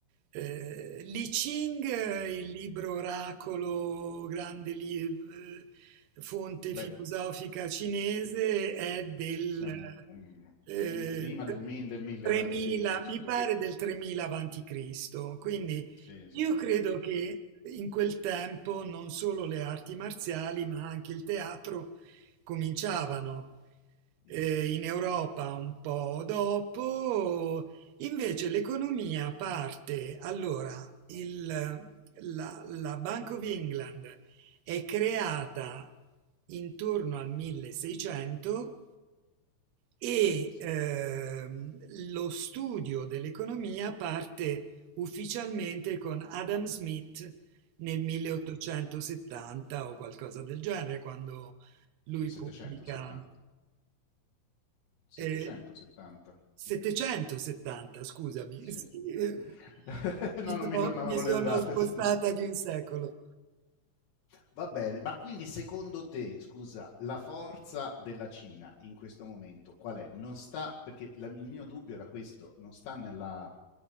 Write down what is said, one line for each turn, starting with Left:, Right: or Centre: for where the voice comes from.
Right: Eh, Li Ching, eh, il libro oracolo, grande li- eh, fonte
Left: Beh,
Right: filosofica cinese, è del
Left: siamo mm,
Right: eh,
Left: mm, prima del, mi- del 1000
Right: 3000,
Left: avanti Cristo, sicuramente.
Right: mi pare del 3000 avanti Cristo, quindi
Left: Sì, sì,
Right: io
Left: sì.
Right: credo che in quel tempo non solo le arti marziali, ma anche il teatro cominciavano
Left: Mm,
Right: eh, in Europa un po' dopo. Invece l'economia parte, allora, il- la, la Bank of England è creata intorno al 1600 e
Left: Sì,
Right: ehm, lo studio dell'economia parte ufficialmente con Adam Smith nel 1870
Left: sì.
Right: o qualcosa del genere, quando lui
Left: 1770.
Right: pubblica
Left: 770.
Right: eh, 770,
Left: Mm.
Right: scusami,
Left: Sì.
Right: <laughs> sì, eh,
Left: Eh.
Right: mi
Left: <laughs> no, non
Right: sono,
Left: mi tornavano
Right: mi sono
Left: le date,
Right: spostata
Left: se no.
Right: di un secolo.
Left: Va bene, ma quindi secondo te, scusa, la forza della Cina in questo momento qual è? Non sta, perché la- il mio dubbio era questo, non sta nella,